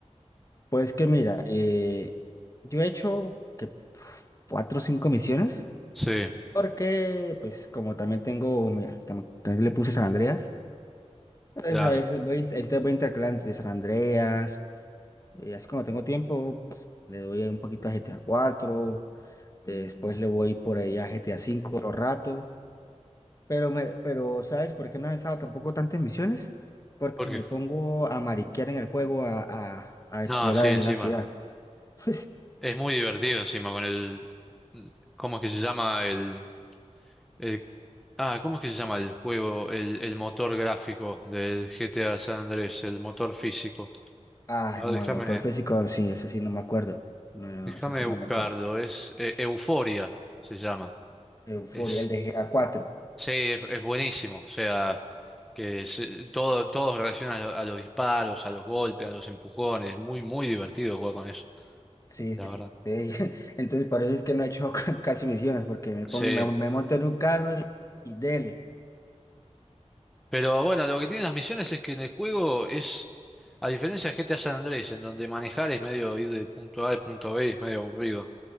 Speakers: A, on the left; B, in the centre.
A: Pues que mira, eh, yo he hecho que pf, cuatro o cinco misiones,
B: Sí,
A: porque pues como también tengo, mira, tam- también le puse San Andreas, entonces
B: claro.
A: a veces voy, entonces voy intercalando de San Andreas, eh, así como tengo tiempo, pues, le doy un poquito a GTA cuatro Después le voy por ahí a GTA V otro rato. Pero, me, pero ¿sabes por qué no he estado tampoco tantas misiones? Porque
B: ¿Por
A: me
B: qué?
A: pongo a mariquear en el juego, a, a, a
B: No,
A: explorar
B: sí, encima.
A: en la ciudad. <laughs>
B: Es muy divertido encima con el... mm, ¿Cómo es que se llama el... el- ah, ¿cómo es que se llama el juego? El, el motor gráfico del GTA San Andrés, el motor físico.
A: Ah,
B: Ah,
A: no,
B: déjame,
A: el motor físico, sí, ese sí no me acuerdo. No, no, no,
B: déjame
A: ese sí
B: buscarlo.
A: no me acuerdo.
B: Es eh, Euforia, se llama.
A: Euforia,
B: Es
A: el de GTA 4.
B: Sí, es, es buenísimo. O sea, que se- todo, todo reacciona a, a los disparos, a los golpes, a los empujones. Muy, muy divertido jugar con eso,
A: Sí,
B: la
A: sí.
B: verdad.
A: sí. <laughs> Entonces, por eso es que no he hecho <laughs> casi misiones, porque me pongo,
B: Sí.
A: me, me monto en un carro y, y dele.
B: Pero bueno, lo que tienen las misiones es que en el juego es, a diferencia de GTA San Andrés, en donde manejar es medio ir de punto A al punto B, es medio aburrido.